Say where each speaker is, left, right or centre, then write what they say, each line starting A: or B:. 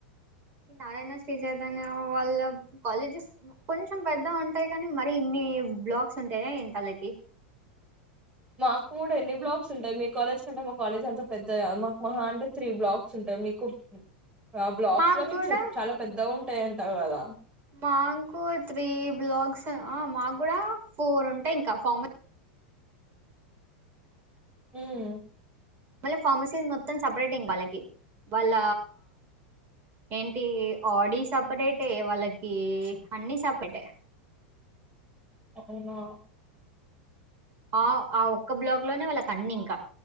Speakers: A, on the right; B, on the right.
A: ఈ నారాయణ, శ్రీ చైతన్యా వాళ్ళ కాలేజెస్ కొంచెం పెద్దగా ఉంటాయి. కానీ మరి ఇన్ని బ్లాక్స్ ఉంటాయా ఏంటి వాళ్ళకి
B: మాకు కూడా ఎన్ని బ్లాక్స్ ఉంటాయి. మీ కాలేజ్ కంటే మా కాలేజ్ అంత పెద్ద మాకు మాహ అంటే త్రీ బ్లాక్స్ ఉంటాయి. మీకు ఆ బ్లాక్స్
A: మాకు
B: లో మీకు
A: కూడా
B: చాలా పెద్దగా ఉం ఉంటాయ్ అంటావ్ కదా
A: మాకు త్రీ బ్లాగ్స్ మాకు కూడా ఫోర్ ఉంటాయి. ఇంకా ఫామ్
B: హ్మ్
A: మళ్ళ ఫార్మసీ మొ మొత్తం సపరేట్ ఇంకా వాళ్ళకి, వాళ్ళ ఏంటి ఆడీ సపరేటే వాళ్ళకి అన్ని సపరేటే
B: అవునా
A: ఆ ఆ ఒక్క బ్లాక్ లోనే వాళ్ళకు అన్ని ఇంకా